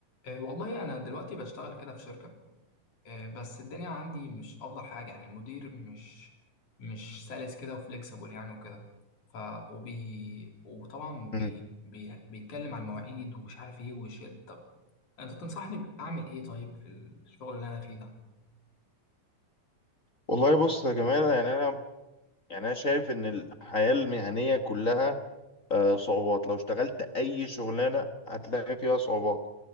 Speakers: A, on the left; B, on the left.
A: أه والله أنا دلوقتي بشتغل كده في شركة أه بس الدنيا عندي مش أفضل حاجة يعني المدير مش مش سلس كده وفليكسبل يعني وكده ف وبي وطبعا بي
B: مم.
A: بي بيتكلم عن المواعيد ومش عارف إيه ويشد طب أنت تنصحني ب- أعمل إيه طيب في الشغل اللي أنا فيه ده؟
B: والله بص يا جمال يعني انا يعني انا شايف ان الحياه المهنيه كلها آه، صعوبات لو اشتغلت اي شغلانه هتلاقي فيها صعوبات